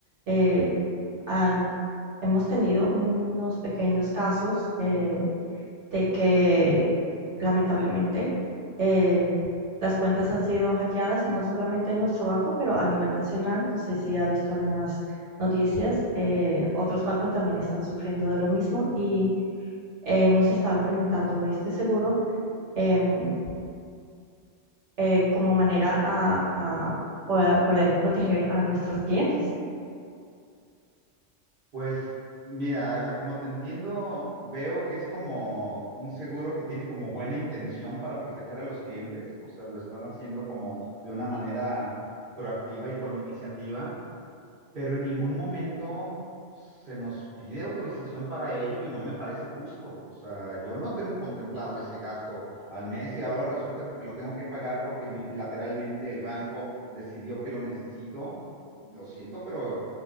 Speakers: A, on the right (about 75°); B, on the right (about 55°).
A: eh, ha- hemos tenido unos pequeños casos eh, de que lamentablemente eh, las cuentas han sido hackeadas, no solamente en nuestro banco, pero a nivel nacional. No sé si ha visto en las noticias, eh, otros bancos también están sufriendo de lo mismo y hemos estado implementando este seguro. em, eh, como manera a, a poder, poder proteger a nuestros clientes.
B: Pues mira, a, a como te entiendo, veo que es como un seguro que tiene como buena intención para proteger a los clientes, o sea, lo están haciendo como de una manera proactiva y con iniciativa, pero en ningún momento se nos pide autorización para ello y no me parece justo. O sea, yo no tengo contemplado ese gasto al mes y ahora resulta que lo tengo que pagar porque unilateralmente el banco decidió que lo necesito. Lo siento, pero